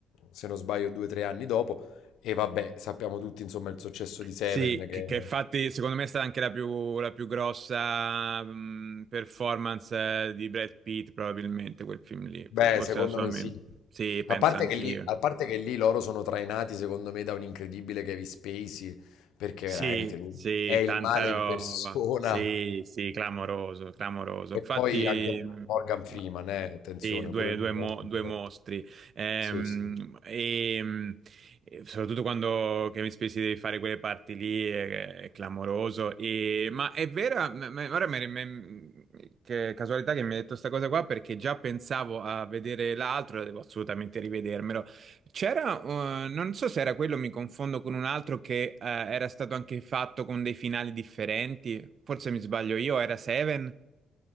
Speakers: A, on the left (about 85°); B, on the right (about 50°).
A: se non sbaglio due o tre anni dopo. E vabbè, sappiamo tutti insomma il successo di Seven
B: Sì,
A: che...
B: che, che infatti secondo me è stata anche la più, la più grossa mh, performance eh, di Brad Pitt, probabilmente quel film lì.
A: Beh,
B: Fo- Forse
A: secondo
B: la sua.
A: me
B: me-
A: sì.
B: Sì, penso
A: A parte
B: anch'io.
A: che lì, a parte che lì loro sono trainati secondo me da un incredibile Kevin Spacey, perché
B: Sì,
A: veramente lui
B: sì,
A: è il
B: tanta
A: male
B: roba.
A: in persona.
B: Sì, sì, clamoroso, clamoroso.
A: E
B: Infatti,
A: poi anche
B: mh,
A: Morgan Freeman,
B: ma-
A: eh, attenzione,
B: sì, due,
A: pure lui
B: due
A: molto
B: mo- due
A: forte.
B: mostri. Ehm,
A: Sì, sì.
B: e, mh, e soprattutto quando Kevin Spacey devi fare quelle parti lì, è, è clamoroso. E- ma è vera, m- m- ora mi- mi- che casualità che mi hai detto questa cosa qua, perché già pensavo a vedere l'altro, e devo assolutamente rivedermelo. C'era, eh, non so se era quello, mi confondo con un altro che eh, era stato anche fatto con dei finali differenti. Forse mi sbaglio io, era Seven,